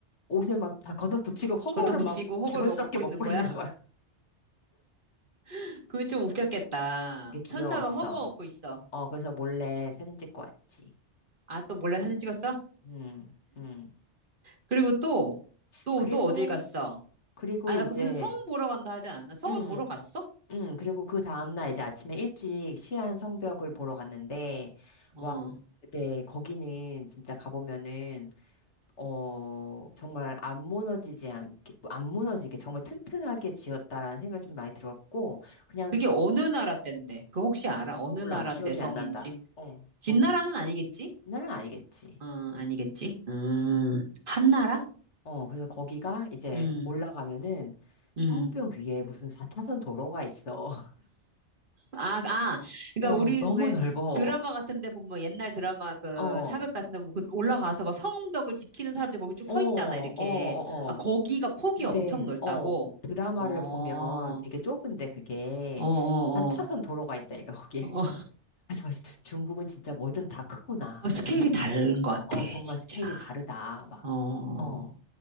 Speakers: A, on the left; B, on the right.
A: 옷에 막 다 걷어붙이고, 허거를
B: 걷어붙이고
A: 막
B: 허골
A: 개걸스럽게
B: 막 먹고
A: 먹고
B: 있는 거야?
A: <laughs> 있는 거야.
B: <laughs> 그게 좀 웃겼겠다.
A: 그게 귀여웠어.
B: 천사가 허거 먹고 있어.
A: 어, 그래서 몰래 사진 찍고 왔지.
B: 아, 또 몰래 사진 찍었어?
A: 음, 음.
B: 그리고 또, 또,
A: 그리고,
B: 또 어딜 갔어?
A: 그리고
B: 아, 야,
A: 이제,
B: 그 무슨 성 보러 간다 하지 않았나? 성을
A: 음,
B: 보러 갔어?
A: 응, 그리고 그 다음날 이제 아침에 일찍 시안 성벽을 보러 갔는데,
B: 어.
A: 와, 네, 거기는 진짜 가보면은, 어, 정말 안 무너지지 않게, 안 무너지게 정말 튼튼하게 지었다라는 생각이 좀 많이 들었고, 그냥
B: 그게 어느 나라 때인데? 그 혹시 알아? 어느
A: 몰라,
B: 나라
A: 기억이
B: 때 성인지?
A: 안 난다. 어,
B: 진나라는
A: 모르겠어.
B: 아니겠지?
A: 옛날은 아니겠지.
B: 어, 아니겠지? 음,
A: 응.
B: 한나라?
A: 어, 그래서 거기가 이제
B: 음,
A: 올라가면은
B: 음.
A: 성벽 위에 무슨 4차선 도로가 있어. <laughs>
B: 아, 아. 그러니까
A: 어,
B: 우리
A: 너무
B: 왜
A: 넓어.
B: 드라마 같은데 보면 뭐 옛날 드라마 그
A: 어, 어,
B: 사극 같은데 보면 그 올라가서 막 성벽을 지키는 사람들 거기 쭉 서
A: 어, 어,
B: 있잖아, 이렇게.
A: 어.
B: 아, 거기가 폭이
A: 근데,
B: 엄청 넓다고?
A: 어, 드라마를
B: 어, 어,
A: 보면 되게 좁은데 그게
B: 어, 어.
A: 하차선 도로가 있다니까, 거기.
B: 어, 어,
A: <laughs> 아, 좋아. 주- 중국은 진짜 뭐든 다 크구나.
B: 어, 스케일이
A: 막, <laughs>
B: 다른 것 같아,
A: 어, 정말
B: 진짜.
A: 스케일이 다르다. 막,
B: 어, 어,
A: 어.